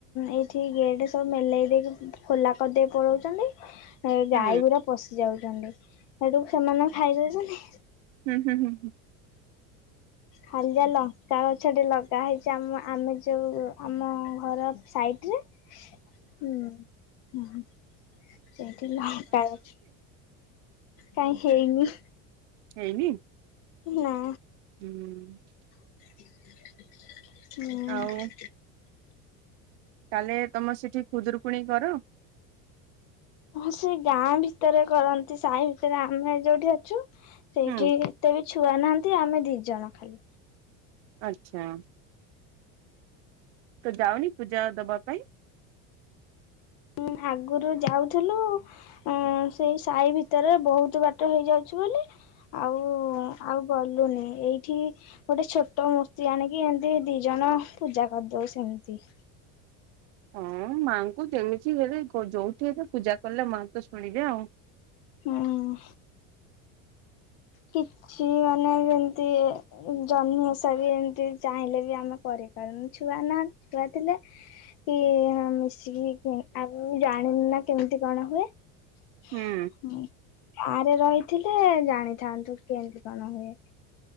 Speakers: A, on the left; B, on the right.
A: ଏଇଠି ଗେଟ୍ ସବୁ ମେଲେଇ ଦେଇକି ଖୋଲା କରିଦେଇକି ପଳଉଛନ୍ତି। ଏ
B: ହୁଁ
A: ଗାଈଗୁରା ପଶି ଯାଉଛନ୍ତି, ସେଠୁକୁ ସେମାନେ ଖାଇଦଉଛନ୍ତି।
B: ହୁଁ ହୁଁ ହୁଁ।
A: ହାଲି ଯା ଲଙ୍କା ଗଛଟେ ଲଗା ହେଇଛି ଆମ ଆମେ ଯେଉଁ ଆମ ଘର ସାଇଟ୍ ରେ
B: <unintelligible>
A: ହୁଁ ହଁ ସେଇଠି ଲଙ୍କା ଗଛ କାଇଁ ହେଇନି।
B: ହେଇନି?
A: ନା।
B: ହୁଁ।
A: ହୁଁ।
B: ଆଉ ତାହେଲେ ତମ ସେଠି ଖୁଦୂରୁକୁଣି କର?
A: ହଁ ସେ ଗାଁ ଭିତରେ କରନ୍ତି। ସାହି ଭିତରେ। ଆମେ ଯୋଉଠି ଅଛୁ ସେଇଠି
B: ହୁଁ
A: ଏତେ ବି ଛୁଆ ନାହାନ୍ତି ଆମେ ଦି ଜଣ ଖାଲି।
B: ଆଚ୍ଛା। ତ ଯାଉନି ପୂଜା ଦବା ପାଇଁ?
A: ହୁଁ ଆଗରୁ ଯାଉଥିଲୁ। ହଁ ସେଇ ସାହି ଭିତରେ ବୋହୁତ୍ ବାଟ ହେଇଯାଉଛି ବୋଲି ଆଉ ଆଉ ଗଲୁନି ଏଇଠି ଗୋଟେ ଛୋଟ ମୂର୍ତ୍ତି ଆଣିକି ଏମତି ଦି ଜଣ ପୂଜା କରିଦଉ ସେମିତି।
B: ହଁ ମାଆଙ୍କୁ ଯେମିତି ହେଲେ ଯୋଉଠି ହେଲେ ପୂଜା କଲେ ମାଆ ତ ଶୁଣିବେ ଆଉ।
A: ହୁଁ। କିଛି ମାନେ ଯେମିତି ଜହ୍ନି ଓଷା ବି ଏମିତି ଚାହିଁଲେ ବି ଆମେ କରିପାରୁନୁ ଛୁଆ ନାହାନ୍ତି ଛୁଆ ଥିଲେ କି ହଁ ମିଶିକି ଆ ଜାଣିନୁ ନା କେମିତି କଣ ହୁଏ-'
B: ହୁଁ
A: ଗାଁରେ ରହିଥିଲେ ଜାଣି କେମିତି କଣ ହୁଏ?